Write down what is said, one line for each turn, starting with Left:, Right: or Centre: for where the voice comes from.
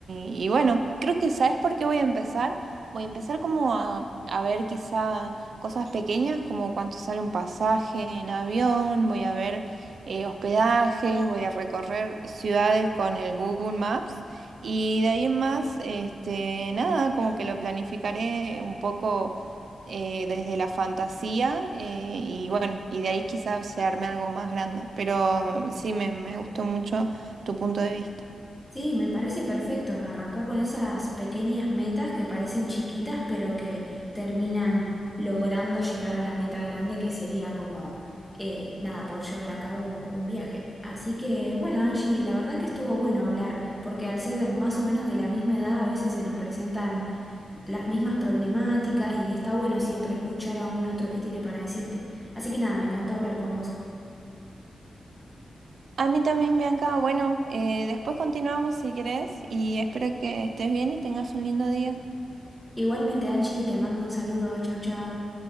Right: y- y bueno, creo que ¿sabes por qué voy a empezar? Voy a empezar como a, a ver quizá cosas pequeñas como cuánto sale un pasaje en avión, voy a ver eh, hospedajes, voy a recorrer ciudades con el Google Maps y de ahí en más, este, nada, como que lo planificaré un poco eh, desde la fantasía eh, y bueno, y de ahí quizás se arme algo más grande, pero sí, me, me gustó mucho tu punto de vista.
Centre: Sí, me parece perfecto. Arranca con esas pequeñas metas que parecen chiquitas, pero que terminan logrando llegar a la meta grande, que sería como, eh, nada, poder llevar a cabo un viaje. Así que, bueno, Angie, la verdad que estuvo bueno hablar, porque al ser más o menos de la misma edad, a veces se nos presentan las mismas problemáticas y está bueno siempre escuchar a un otro que tiene para decirte. Así que nada, me encantó hablar con vos.
Right: A mí también, Bianca, bueno, eh, después continuamos si querés y espero que estés bien y tengas un lindo día.
Centre: Igualmente, Angie, te mando un saludo. Chau, chau.